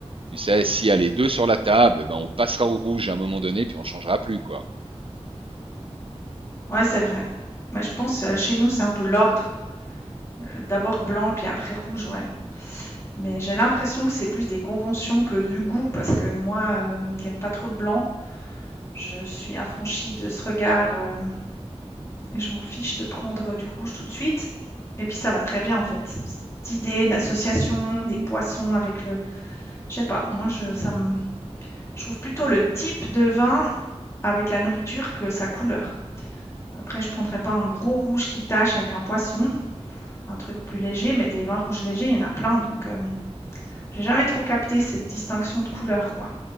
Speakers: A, on the right (about 55°); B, on the left (about 25°).
A: tu sais, s'il y a les deux sur la table, ben, on passera au rouge à un moment donné, puis on changera plus, quoi.
B: ouais, c'est vrai. Mais je pense, euh, chez nous, c'est un peu l'ordre. Euh, D'abord blanc, puis après rouge, ouais. Mais j'ai l'impression que c'est plus des conventions que du goût parce que moi, hem, qui aime pas trop le blanc, je suis affranchie de ce regard, hem et je m'en fiche de prendre du rouge tout de suite et puis ça va très bien en fait. Cette idée d'association des poissons avec le je sais pas, moi je ça me je trouve plutôt le type de vin avec la nourriture que sa couleur. Après je prendrais pas un gros rouge qui tache avec un poisson, un truc plus léger, mais des vins rouges légers, il y en a plein donc, hem, j'ai jamais trop capté cette distinction de couleur quoi.